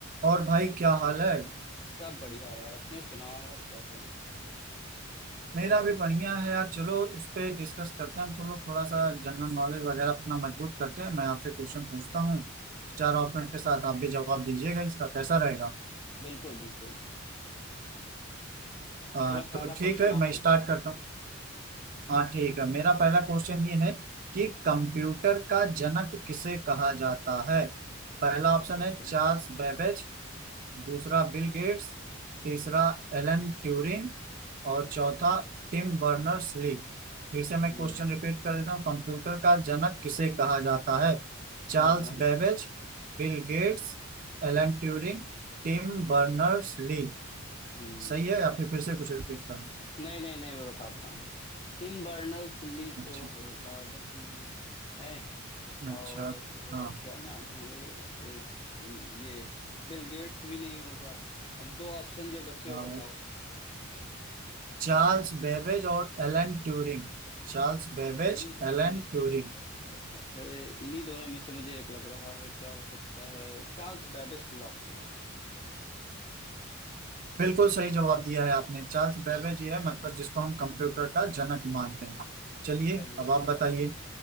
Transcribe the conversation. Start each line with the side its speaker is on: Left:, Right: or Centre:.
Right: और भाई क्या हाल है
Left: सब बढ़िया यार अपने सुनाओ यार क्या चल रहा है
Right: मेरा भी बढ़िया है यार चलो उस पे डिस्कस करते हैं हम थोड़ा थोड़ा सा जनरल नॉलेज वगैरह अपना मजबूत करते हैं मैं आपसे क्वेश्चन पूछता हूँ चार ऑप्शन के साथ आप भी जवाब दीजिएगा इसका कैसा रहेगा
Left: बिल्कुल बिल्कुल
Right: हाँ
Left: चलो
Right: तो
Left: पहला
Right: ठीक
Left: क्वेश्चन
Right: है मैं
Left: आप पूछो
Right: स्टार्ट करता हूँ हाँ ठीक है मेरा पहला क्वेश्चन ये है कि कंप्यूटर का जनक किसे कहा जाता है
Left: बड़ा
Right: पहला
Left: अच्छा
Right: ऑप्शन
Left: क्वेश्चन
Right: है चार्ल्स
Left: है
Right: बेबेज दूसरा बिल गेट्स तीसरा एलन ट्यूरिंग और चौथा टिम बर्नर्स ली फिर से मैं
Left: हम्म,
Right: क्वेश्चन
Left: हम्म।
Right: रिपीट कर देता हूँ कंप्यूटर का जनक किसे कहा जाता है Charles
Left: हाँ हाँ
Right: Babbage Bill Gates Alan Turing Tim Berners Lee
Left: हम्म
Right: सही है या फिर फिर से कुछ रिपीट करना
Left: नहीं नहीं नहीं मैं बताता हूँ टिम बर्नर्स ली
Right: अच्छा
Left: तो होगा नहीं है
Right: अच्छा
Left: और
Right: हाँ
Left: क्या नाम है ए, ये बिल गेट्स भी नहीं होगा अब दो ऑप्शन जो बचे हो
Right: हाँ।
Left: बताओ
Right: चार्ल्स बेबेज और Alan Turing Charles Babbage
Left: इन्हीं दोनों
Right: Alan
Left: में से
Right: Turing
Left: मुझे एक लग रहा है इन्हीं दोनों में से मुझे एक लग रहा है क्या हो सकता है चार्ल्स बैबेज को लॉक करो
Right: बिल्कुल सही जवाब दिया है आपने चार्ल्स बेबेज ये है मतलब जिसको हम कंप्यूटर का जनक मानते हैं चलिए
Left: चलिए
Right: अब आप
Left: बड़ी अच्छी
Right: बताइए